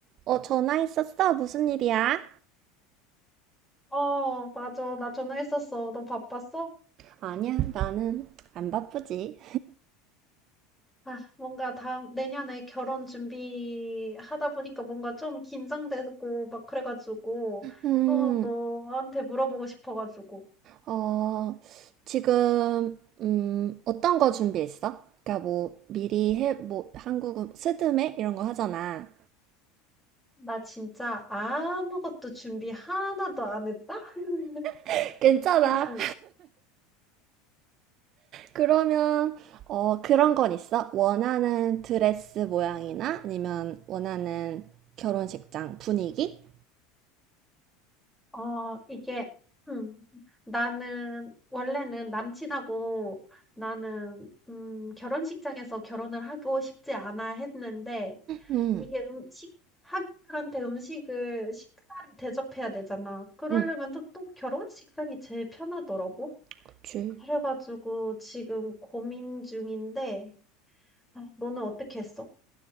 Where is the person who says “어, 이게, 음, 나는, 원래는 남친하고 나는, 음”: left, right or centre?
Centre